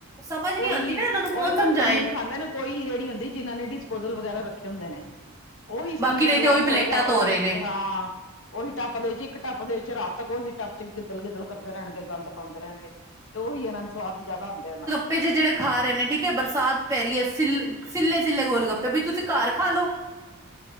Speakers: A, on the right; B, on the left.
A: ਸਮਝ ਨਹੀ
B: ਕੋਈ
A: ਆਉਂਦੀ ਨਾ ਇਹਨਾਂ ਨੂੰ ਕੌਣ
B: ਉਹੀ ਤਾਂ
A: ਸਮਝਾਏ।
B: ਚੌਮਿਨ ਖਾਂਦੇ ਨੇ ਕੋਈ ਰੇਹੜੀ ਹੁੰਦੀ ਜਿਹਨਾਂ ਨੇ ਡਿਸਪੋਜਲ ਵਗੈਰਾ ਰੱਖੇ ਹੁੰਦੇ ਨੇ। ਉਹੀ ਸਟੀਲ
A: ਬਾਕੀ
B: ਦਾ
A: ਨਹੀਂ
B: ਗਲਾਸ
A: ਤੇ ਉਹੀ
B: ਹੋਏਗਾ,
A: ਪਲੇਟਾਂ
B: ਉਹੀ
A: ਧੋ ਰਹੇ ਨੇ।
B: ਹਾਂ ਉਹੀ ਟੱਪ ਦੇ ਚ ਇੱਕ ਟੱਪ ਦੇ ਚ ਰਾਤ ਤੱਕ ਉਹੀ ਟੱਪ ਚ ਗਿੱਦਲ ਗਿੱਦਲ ਕਰਦੇ ਰਹਿਣਗੇ, ਗੰਦ ਪਾਉਂਦੇ ਰਹਿਣਗੇ। ਤੇ ਉਹੀ ਇਹਨਾਂ ਨੂੰ ਸਵਾਦ ਜ਼ਿਆਦਾ ਹੁੰਦਾ ਇਹਨਾਂ
A: ਤੇ ਜੇ ਜਿਹੜੇ ਖਾ ਰਹੇ ਨੇ ਠੀਕ ਹੈ, ਬਰਸਾਤ ਪੈ ਰਹੀ ਹੈ, ਸਿੱਲੇ ਸਿੱਲੇ ਗੋਲ ਗੱਪੇ ਵੀ ਤੁਸੀਂ ਘਰ ਖਾ ਲੋ।